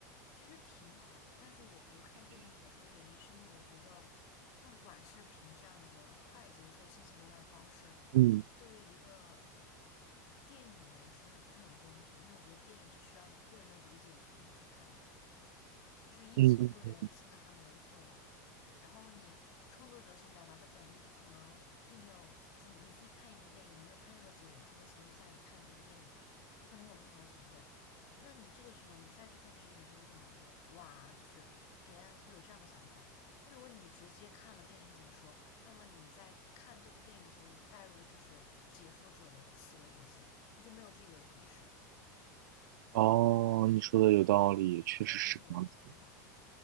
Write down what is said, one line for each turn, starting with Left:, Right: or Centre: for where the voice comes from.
Left: 其实挺好的。但是我不看电影解说的原因，是因为我觉得像短视频这样的快节奏信息浏览方式，
Right: 嗯
Left: 对于一个电影来说是不是很公平？因为我觉得电影是需要你个人的理解去力去看的，就是一千个人有一千个哈姆雷特嘛，
Right: 嗯
Left: 然后你创作者想表达的本意，你可能并没有，就是你自己看一部电影，你没有看任何解说的前提下，你看了这部电影，你可能有不同的体会。那你这个时候你再去看电影解说，你可能觉得哇，就是别人会有这样的想法。但如果你直接看了电影解说，那么你在看这部电影的时候，你带入的就是解说者的思维逻辑，你就没有自己的意识。
Right: 哦，你说的有道理，确实是这样子。
Left: 对，这是我的想法。